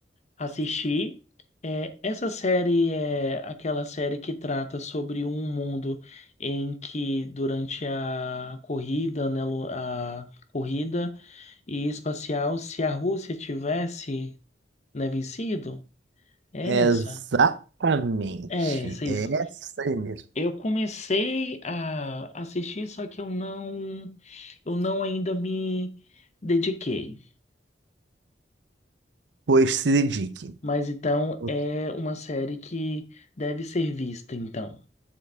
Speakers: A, on the left; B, on the right.
A: assistir. É, essa série é aquela série que trata sobre um mundo em que durante a corrida, né, Lu- a corrida e espacial, se a Rússia tivesse, né, vencido, É
B: Exatamente.
A: Essa, é essa, isso.
B: É Essa aí mesmo.
A: Eu comecei a assistir, só que eu não, eu não ainda me dediquei.
B: Pois se dedique.
A: Mas então
B: O
A: é
B: que
A: uma série que deve ser vista, então.